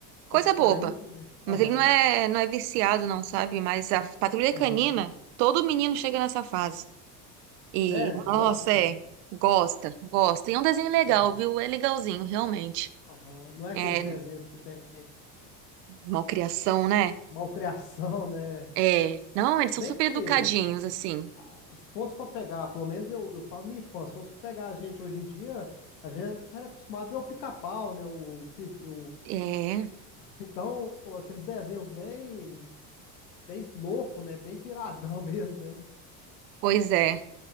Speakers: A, on the right; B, on the left.
A: Coisa
B: pra distrair,
A: boba.
B: né?
A: Mas
B: Aham.
A: ele não é, não é viciado, não, sabe? Mas a patrulha
B: Aham.
A: canina, todo menino chega nessa fase. E,
B: Sério?
A: nossa,
B: Gosta?
A: é. Gosta, gosta. E é um desenho legal,
B: Aham.
A: viu? É legalzinho, realmente.
B: Aham. Não é aqueles
A: É
B: desenhos que tem
A: malcriação, né?
B: malcriação, né?
A: É. Não,
B: Se
A: eles são
B: bem
A: super
B: que,
A: educadinhos, assim.
B: ah, se fosse pra pegar, pelo menos eu, eu falo minha infância, se fosse pra pegar a gente hoje em dia, a gente era acostumado a ver o pica-pau, né? O, pi- o,
A: É,
B: então, aqueles desenhos bem, bem louco, né? Bem piradão <laughs> mesmo, né?
A: pois é.